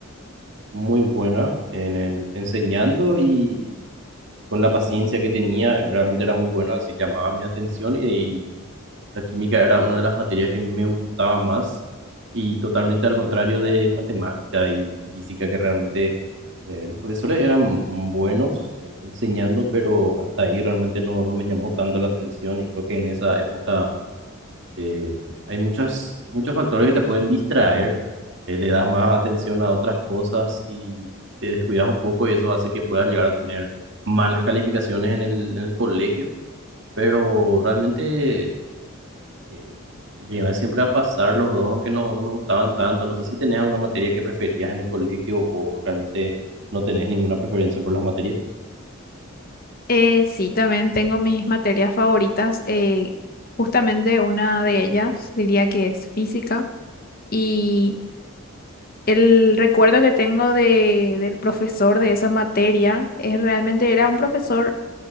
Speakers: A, on the right; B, on the left.
A: muy buena en el- enseñando y con la paciencia que tenía, realmente era muy buena, así llamaba mi atención y, y la química era una de las materias que me gustaba más y totalmente al contrario de matemática y física que realmente eh, los profesores eran buenos eh, enseñando, pero hasta ahí realmente no, no me llamó tanto la atención y creo que en esa época eh, hay muchas, muchos factores que te pueden distraer, eh, le das más atención a otras cosas y te descuidas un poco y eso hace que puedas llegar a tener malas calificaciones en el, en el colegio, pero realmente eh, llegué siempre a pasar los dos, aunque no, no me gustaban tanto. No sé si tenías alguna materia que preferías en el colegio o realmente no tenés ninguna preferencia por las materias. <laughs>
B: Eh, sí, también tengo mis materias favoritas. eh, justamente una de ellas diría que es física. Y el recuerdo que tengo de, del profesor de esa materia es realmente era un profesor